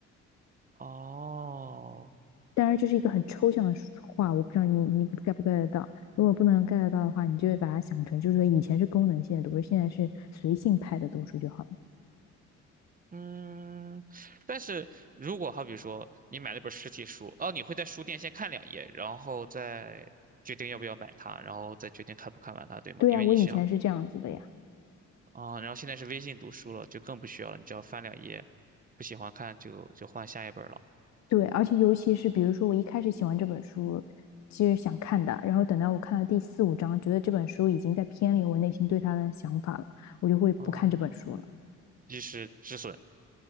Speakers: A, on the right; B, on the left.
A: 哦，
B: 当然，这是一个很抽象的话，我不知道你你 get 不 get 得到。如果不能 get 得到的话，你就会把它想成，就是说以前是功能性的读书，现在是随性派的读书就好了。
A: 嗯，但是如果好比说你买了本实体书，哦，你会在书店先看两页，然后再决定要不要买它，然后再决定看不看完它，对吗？
B: 对呀，
A: 因为你想
B: 啊我以前是这样子的呀。
A: 啊，然后现在是微信读书了，就更不需要了，你只要翻两页，不喜欢看就就换下一本了。
B: 对，而且尤其是比如说，我一开始喜欢这本书，其实想看的，然后等到我看到第四五章，觉得这本书已经在偏离我内心对它的想法了，我就会不看这本书了。
A: 哦，及时止损。